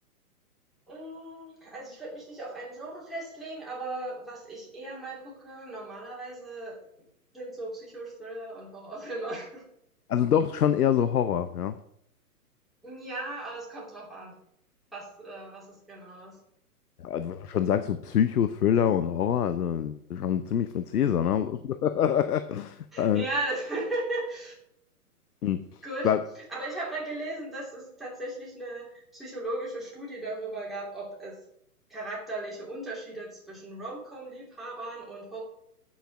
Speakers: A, in the centre; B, on the left.
A: Mm, Also ich würde mich nicht auf ein Genre festlegen, aber was ich eher mal gucke, normalerweise sind so Psychothriller und Horrorfilme. <laughs>
B: Also doch schon eher so Horror, ja.
A: Ja, aber es kommt drauf an, was, äh, was es genau ist.
B: Ja, Also wenn du schon sagst, so Psycho, Thriller und Horror, also schon ziemlich präzise, ne? <laughs> äh,
A: Ja, das <laughs>
B: hm.
A: gut.
B: Ba-
A: Aber ich habe mal gelesen, dass es tatsächlich eine psychologische Studie darüber gab, ob es charakterliche Unterschiede zwischen Rom-Com-Liebhabern und